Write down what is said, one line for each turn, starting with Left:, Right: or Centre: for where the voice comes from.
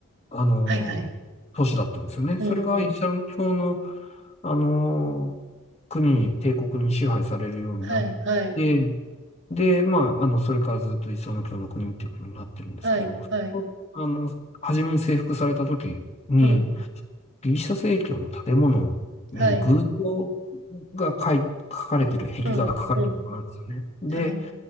Left: あのー都市だったんですよね。
Right: はいはい。うんうん。
Left: それがイスラム教の、あのー国に、帝国に支配されるようになって、
Right: はいはい
Left: で、まあ、あの、それからずっとイスラム教の国っていうことになってるんですけど、
Right: はいはい。
Left: あの、初めに征服された時に、
Right: うん、
Left: ギリシャ正教の建物に偶像
Right: はい。
Left: が書い書かれてる、壁画が書かれてるからなんですよね。
Right: うんうん。
Left: で
Right: はい